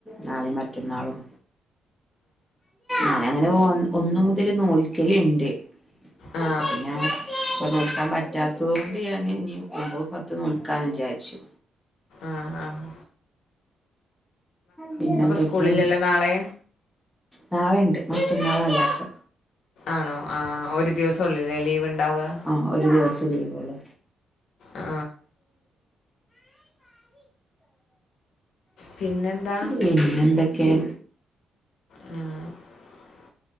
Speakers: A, in the centre; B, on the left.
A: നാളേം മറ്റന്നാളും ഞാനങ്ങനെ ഒന്ന് മുതല് നോൽക്കലിണ്ട് പിന്നെ
B: ആ
A: <unintelligible> ടുക്കാൻ പറ്റാത്തതോണ്ട് ഞാന് ഇനി മ്പോ പത്തുന്നൂൽക്കാന്ന് വിചാര്ച്ചു
B: ആഹ് ആഹ്
A: പിന്നെന്തൊക്കെയാ
B: സ്കൂളിലല്ലോ നാളെ
A: നാളേണ്ട് മറ്റന്നാളാലാക്ക്
B: ആണോ ആഹ് ഒരു ദിവസൊള്ളില്ലേ ലീവ് ഉണ്ടാവുക
A: ആഹ് ഒരു ദിവസെലീവൊള്ളു
B: ആ പിന്നെന്താ
A: പിന്നെന്തെക്കയാ
B: മ്